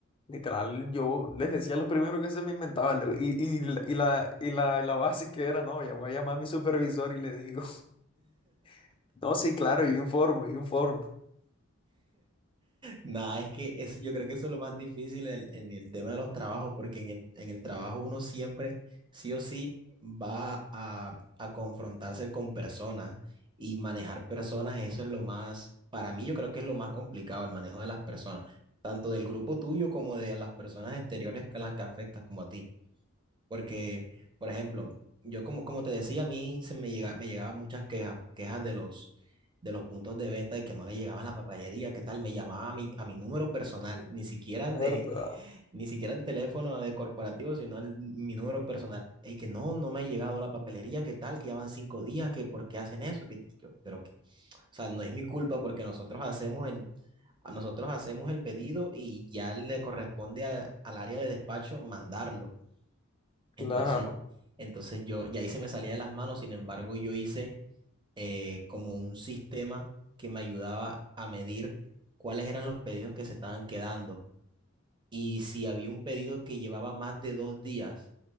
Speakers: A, on the left; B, on the right.
A: literal, yo les decía lo primero que se me inventaba, lo- y, y, la, y, la, y la- y la base que era, no, ya voy a llamar a mi supervisor y le digo, <laughs> no, sí, claro, yo informo, yo informo,
B: Nada, es que eso, yo creo que eso es lo más difícil en, en el tema de los trabajos, porque en el, en el trabajo uno siempre, sí o sí, va a, a confrontarse con personas y manejar personas, eso es lo más, para mí yo creo que es lo más complicado, el manejo de las personas, tanto del grupo tuyo como de las personas exteriores que las que afectas como a ti. Porque, por ejemplo, yo como, como te decía, a mí se me llega, me llegaban muchas quejas, quejas de los, de los puntos de venta y que no le llegaban la papelería, qué tal, me llamaba a mi, a mi número personal, ni siquiera el
A: la
B: de,
A: verdad,
B: <laughs> ni siquiera el teléfono de corporativo, sino el- mi número personal. Es que no, no me ha llegado la papelería, qué tal, que ya van cinco días, que por qué hacen eso, que yo, pero que, o sea, no es mi culpa porque nosotros hacemos el, a nosotros hacemos el pedido y ya le corresponde a- al área de despacho mandarlo. Entonces,
A: claro,
B: entonces yo, y ahí se me salía de las manos, sin embargo, yo hice eh, como un sistema que me ayudaba a medir cuáles eran los pedidos que se estaban quedando. Y si había un pedido que llevaba más de dos días